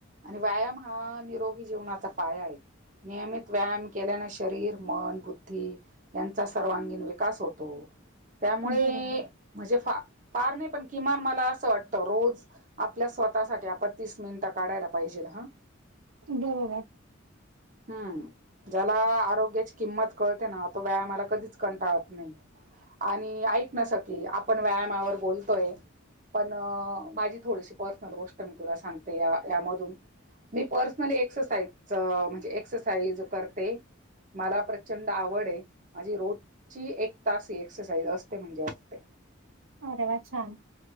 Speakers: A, on the right; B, on the right.
A: आणि व्यायाम हा निरोगी जीवनाचा पाया आहे. नियमित व्यायाम केल्याने शरीर, मन, बुद्धी यांचा सर्वांगीण विकास होतो. त्यामुळे,
B: बरोबर.
A: म्हणजे फार नाही पण किमान मला असं वाटतं रोज. आपल्या स्वतःसाठी आपण तीस मिनिटं काढायला पाहिजे हा.
B: बरोबर.
A: हम्म, ज्याला आरोग्याची किंमत कळते ना तो व्यायामाला कधीच कंटाळत नाही. आणि ऐक नां सखी आपण व्यायामावर बोलतोयं पणं माझी थोडीशी पर्सनल गोष्ट मी तुला सांगते या यामधून मी पर्सनली एक्सरसाइज म्हणजे? एक्सरसाइज करते. मला प्रचंड आवडं आहे, माझी रोज. रोजची एक तास एक्सरसाइज असते. म्हणजे असते.
B: अरे वा छान.